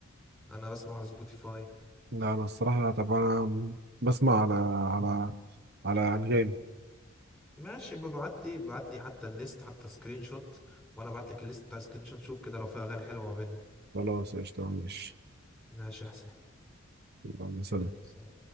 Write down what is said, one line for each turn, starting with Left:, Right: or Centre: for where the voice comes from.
Centre: انا بسمع على سبوتيفاي
Right: لا أنا الصراحة طبعا بسمع على على على أنغام
Centre: ماشي ببعت لي بعت لي حتى الليست حتى سكرين شوت وانا ابعت لك الليست بتاع سكرين شوت شوف كده لو في اغاني حلوه ما بيننا
Right: خلاص قشطة ماشي
Centre: ماشي يا حسين
Right: اللهم صل
Centre: يلا سلام